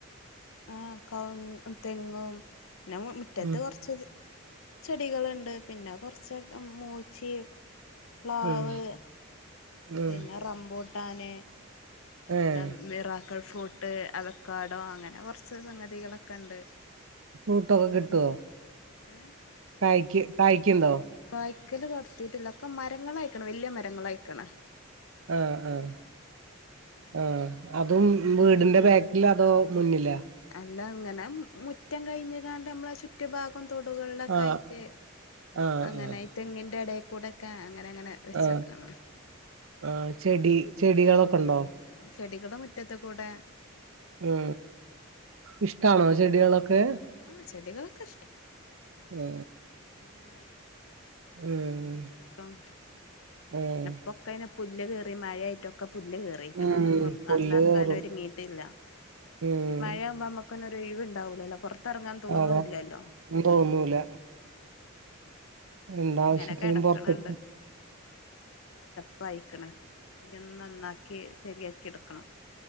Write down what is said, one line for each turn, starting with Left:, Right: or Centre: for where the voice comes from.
Left: ആ കൗങ്ങ്, തെങ്ങും പിന്നെ മുറ്റത്ത്
Right: ഉം
Left: കൊർച്ച് ചെടികൾണ്ട് പിന്നെ കൊർച്ച് മൂച്ചിം. പ്ലാവ്
Right: ഉം ഉം
Left: പിന്നെ റമ്പൂട്ടാൻ.
Right: ഏഹ്
Left: ന്താ മിറാക്കൾ ഫ്രൂട്ട്, അവക്കാടോ അങ്ങനെ കൊർച്ച് സംഗതികളൊക്കെണ്ട്.
Right: ഫ്രൂട്ടൊക്കെ കിട്ടോ
Left: ഏഹ്
Right: കായ്ക് കായ്ക്ക്ണ്ടോ?
Left: കായ്ക്കല് തൊട്ത്തീട്ടില്ല. ഒക്കെ മരങ്ങളായ്ക്ക്ണ് വല്ല്യ മരങ്ങളായ്ക്ക്ണ്.
Right: ആഹ് ആഹ് ആഹ് അതും വീടിന്റെ ബാക്കിലാ അതോ മുന്നില.
Left: അല്ല ങ്ങനെ മ് മുറ്റം കഴിഞ്ഞ് കാണ്ട് നമ്മള ചുറ്റുാഭാ. പ്പം തൊടുകളിലൊക്കായിട്ട്
Right: ആഹ് ആഹ്
Left: അങ്ങനെ
Right: ആഹ്
Left: ഇ തെങ്ങിന്റെടേക്കു ടൊക്കെ അങ്ങനെ അങ്ങനെ. വെച്ചക്കാണ്
Right: ആ ആ ചെടി ചെടികളൊക്കൊണ്ടോ?
Left: ചെടികൾ മുറ്റത്ത് കൂടെ
Right: ഉം ഇഷ്ടാണോ
Left: അങ്ങനെ
Right: ചെടികളൊക്കെ
Left: ആഹ് ചെടികളൊക്കെ
Right: ആ
Left: അന്നങ്ങനെ
Right: ഉം
Left: ഒഴിച്ചിട്ടും
Right: ഉം
Left: പിന്നെ ഇപ്പൊക്കെങ്ങനെ പുല്ല് കേറി മയായിട്ടൊക്കെ പുല്ല് കേറി. ഉപയോഗിക്ക്ണ
Right: ഉം
Left: അതൊന്നും
Right: പുല്ല്
Left: നന്നാക്കാനൊരുങ്ങീട്ടില്ല
Right: കേറും ഉം
Left: ഇ മഴാവുമ്പോ മ്മക്ക്. <unintelligible> ക്കൊന്നെ ഒരെഴുവ്ണ്ടാവൂലല്ലോ പൊർത്തെർങ്ങാൻ തോന്നൂല്ലല്ലോ.
Right: അതെ തോന്നൂല. എന്താവശ്യത്തിനും
Left: അങ്ങനെ കെടക്ക്ണ്
Right: പൊർത്ത്ക്ക്.
Left: പ്പ ആയ്ക്ക്ണ് പ്പം നി ഒന്ന് നന്നാക്കി ശരിയാക്കി എടുക്കണം.